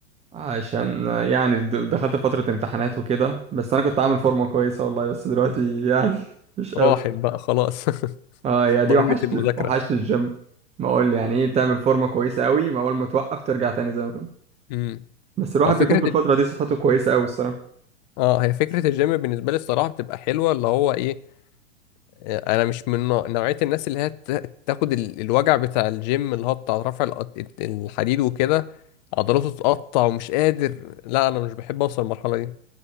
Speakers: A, on the right (about 15°); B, on the left (about 35°).
A: عشان يعني د- دخلت فترة امتحانات وكده بس أنا كنت عامل فورمة كويسة والله بس دلوقتي يعني <laughs> مش قوي
B: راحت بقى خلاص <laughs>
A: اه يا دي
B: ضريبة
A: وحشت
B: المذاكرة
A: وحشت الجيم ما أقول يعني إيه تعمل فورمة كويسة قوي ما أول ما توقف ترجع تاني زي ما كنت
B: امم
A: بس الواحد
B: اه فكرة
A: بيكون في الفترة
B: ال-
A: دي صحته كويسة قوي الصراحة
B: اه هي فكرة الجيم بالنسبة لي الصراحة بتبقى حلوة اللي هو ايه آه، انا مش من نوع- نوعية الناس اللي هي ت- تاخد ال- الوجع بتاع الجيم اللي هو بتاع رفع الأط- الحديد وكده عضلاته تتقطع ومش قادر لا انا مش بحب اوصل للمرحلة دي